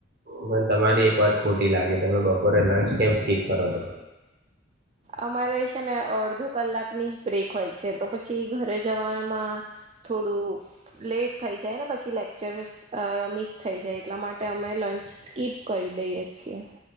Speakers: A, on the right; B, on the right.
A: મને તમારી એક વાત ખોટી લાગી તમે બપોરે લંચ કેમ સ્કીપ કરો છો
B: અમારે છે ને અડધો કલાકની જ બ્રેક હોય છે તો પછી ઘરે જવાવામાં થોડું લેટ થઈ જાય ને પછી લેક્ચરસ મિસ થઈ જાય એટલા માટે અમે ચ સ્કીપ કરી દઈએ છીએ.